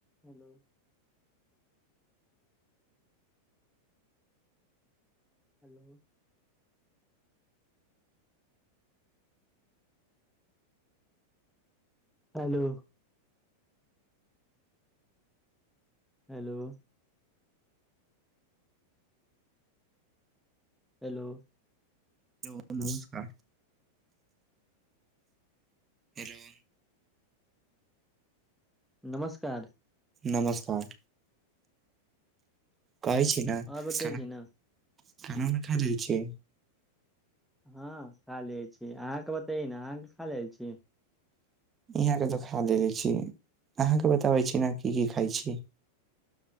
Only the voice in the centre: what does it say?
हलो। हलो। हलो। हलो। हलो।
नमस्कार।
आओर बतै
छी ने
हां खा लेय छी, अहाँके उतै ने अहाँके खा लेय छी।